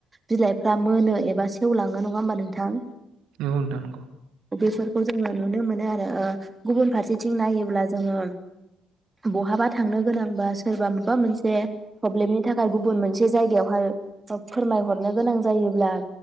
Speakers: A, on the right (about 20°); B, on the right (about 65°).
A: बिलाइफ्रा मोनो एबा सेवलाङो नङा होमबा नोंथां?
B: नंगौ नोंथां नंगौ।
A: बेफोरखौ जोङो नुनो मोनो आरो ओ गुबुन फारसेथिं नायोब्ला जोङो बहाबा थांनो गोनां बा सोरबा माबा मोनसे प्रब्लेमनि थाखाय गुबुन मोनसे जायगायावहाय फो- फोरमायहरनो गोनां जायोब्ला